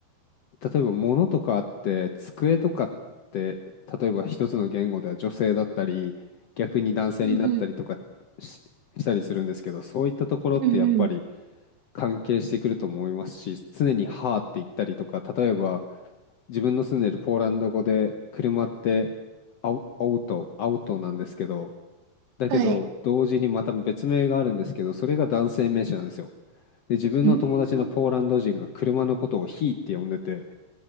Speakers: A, on the left; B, on the right.
A: 例えば、物とかあって、机とかって、例えば一つの言語では女性だったり、逆に男性になったりとかし、
B: うんうん。
A: したりするんですけど、そういったところってやっぱり、
B: うんうん。
A: 関係してくると思いますし、常にはーって言ったりとか、例えば自分の住んでるポーランド語で車ってアウ、アウト、アウトなんですけど、だけど同時にまた別名があるんですけど、
B: はい。
A: それが男性名詞なんですよ。で、自分の友達のポーランド人が車のことをヒーって呼んでて、
B: うーん。